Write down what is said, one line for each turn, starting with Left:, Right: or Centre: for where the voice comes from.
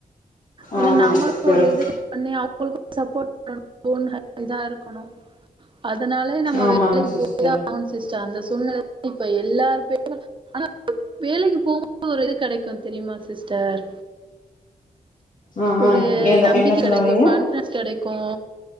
Right: ஏன்னா
Left: ஆமாங்க
Right: நம்மளு
Left: சிஸ்டர்
Right: ஒரு இதுக்கு பண்ணி அவங்களுக்கு சப்போர்ட் பண்ணனு போன்க இதா இருக்கணு அதனாலே நம்ம
Left: ஆமாங்க
Right: வேலைக்கு
Left: சிஸ்டர்
Right: போய்தா ஆன் சிஸ்டர் அந்த சூழ்நில இப்ப எல்லாரு <inaudible> ஆனா வேலைக்கு போம்போது ஒரு இது கெடைக்கு தெரியுமா சிஸ்டர்
Left: ஆ
Right: ஒரு
Left: ஆ எத
Right: நம்பிக்கை
Left: என்ன சொல்ல
Right: கெடைக்கு
Left: வரீங்க
Right: கான்பிடன்ஸ் கெடைக்கு